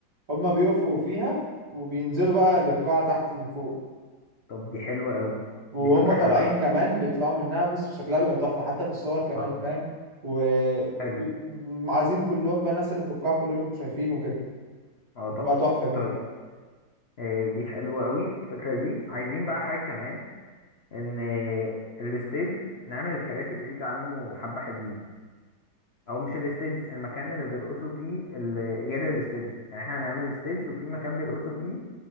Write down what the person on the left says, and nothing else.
طب دي حلوة قوي
دي فكرة
حلوة أوي.
خلاص
حلو
اه
طبعا
طيب آه دي حلوة قوي الفكرة دي عايزين بقى حاجة كمان ان آه، الستيج نعمل الكراسي بعيد عنه حبة حلوين او مش الستيج المكان اللي بيرقصوا فيه ال- غير الستيج يعني احنا هنعمل الستيج وفي مكان بيرقصوا فيه